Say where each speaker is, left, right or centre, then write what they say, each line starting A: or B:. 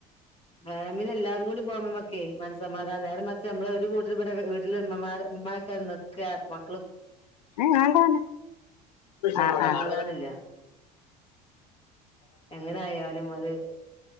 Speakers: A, on the left; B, on the left.
A: ഫാമിലി എല്ലാരും കൂടി പോകുമ്പ ഇമ്മക്കെ മനസ്സമാധാനാ, നേരെ മറിച്ച് നമ്മള് ഈ വീട്ടിലിവിടെ വീട്ടില് ഇമ്മമാരൊ ഇമ്മയൊക്കെ നിക്കാ പ
B: ഏഹ് ഞാൻ പോവൂല.
A: മനസ്സമാധാനം
B: ആഹ് ആഹ്
A: ഇല്ല എങ്ങനെ ആയാലും അത്